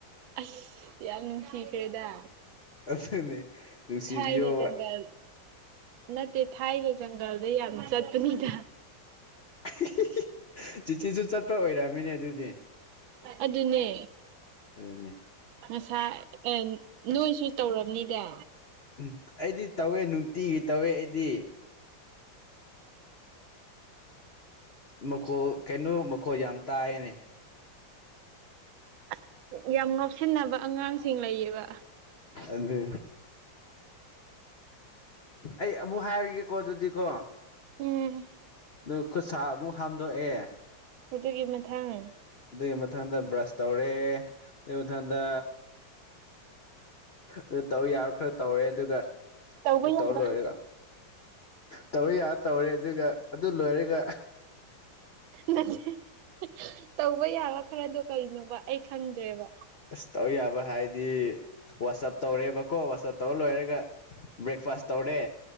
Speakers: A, on the right; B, on the left.
A: ꯑꯁ ꯌꯥꯝ ꯅꯨꯡꯁꯤꯈ꯭ꯔꯦꯗ
B: ꯑꯗꯨꯅꯦ ꯅꯨꯡꯁꯤꯕꯤꯌꯣ
A: ꯊꯥꯏꯅ ꯖꯪꯒꯜ ꯅꯠꯇꯦ ꯊꯥꯏꯅꯦ ꯖꯪꯒꯜꯗ ꯌꯥꯝ ꯆꯠꯄꯅꯤꯗ
B: <inaudible> ꯆꯤꯆꯤꯁꯨ ꯆꯠꯄ ꯑꯣꯏꯔꯝꯃꯤꯅꯦ ꯑꯗꯨꯗꯤ
A: ꯑꯗꯨꯅꯦ
B: ꯑꯗꯨꯅꯤ
A: ꯉꯁꯥꯏ ꯑꯦ ꯅꯣꯏꯁꯨ ꯇꯧꯔꯕꯅꯤꯗ
B: ꯎ ꯑꯩꯗꯤ ꯇꯧꯋꯦ ꯅꯨꯡꯇꯤꯒꯤ ꯇꯧꯋꯦ ꯑꯩꯗꯤ ꯃꯈꯣꯜ ꯀꯩꯅꯣ ꯃꯈꯣꯜ ꯌꯥꯝ ꯇꯥꯏꯅꯦ
A: ꯑꯁ ꯌꯥꯝ ꯉꯧꯁꯤꯟꯅꯕ ꯑꯉꯥꯡꯁꯤꯡ ꯂꯩꯌꯦꯕ
B: ꯑꯗꯨ ꯑꯩ ꯑꯃꯨꯛ ꯍꯥꯏꯔꯒꯦꯀꯣ ꯑꯗꯨꯗꯤꯀꯣ
A: ꯎꯝ
B: ꯑꯗꯨ ꯈꯨꯠꯁꯥ ꯑꯃꯨꯛ ꯍꯥꯝꯗꯣꯛꯑꯦ
A: ꯑꯗꯨꯒꯤ ꯃꯊꯪ
B: ꯑꯗꯨꯒꯤ ꯃꯊꯪꯗ ꯕ꯭ꯔꯁ ꯇꯧꯔꯦ ꯑꯗꯨꯒꯤ ꯃꯊꯪꯗ ꯑꯗꯨ ꯇꯧ ꯌꯥꯔ ꯈꯔ ꯇꯧꯔꯦ ꯑꯗꯨꯒ
A: ꯇꯧꯕ
B: ꯑꯗꯨ
A: ꯌꯥꯕ
B: ꯇꯧꯔ ꯂꯣꯏꯔꯦꯒ ꯇꯧꯕ ꯌꯥ ꯇꯧꯔꯦ ꯑꯗꯨꯒ ꯑꯗꯨ ꯂꯣꯏꯔꯒ
A: ꯅꯠꯇ ꯇꯧꯕ ꯌꯥꯕ ꯈꯔꯗꯣ ꯀꯩꯅꯣꯕ ꯑꯩ ꯈꯪꯗ꯭ꯔꯦꯕ
B: ꯑꯁ ꯇꯧ ꯌꯥꯕ ꯍꯥꯏꯗꯤ ꯋꯥꯆꯞ ꯇꯧꯔꯦꯕꯀꯣ ꯋꯥꯆꯞ ꯇꯧꯔ ꯂꯣꯏꯔꯒ ꯕ꯭ꯔꯦꯛꯐꯥꯁ ꯇꯧꯔꯦ